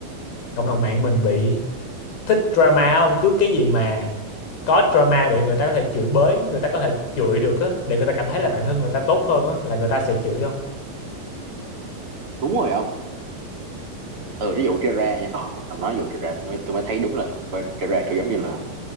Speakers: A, on the left; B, on the right.
A: cộng đồng mạng mình bị thích drama không cứ cái gì mà có drama để người ta có thể chửi bới người ta có thể chửi được á để người ta cảm thấy là bản thân người ta tốt hơn á là người ta sẽ chửi không
B: đúng rồi không từ ví dụ Terra nha ờ mình ông nói ví dụ Terra tôi mới, tôi mới thấy đúng là với Terra kiểu giống như là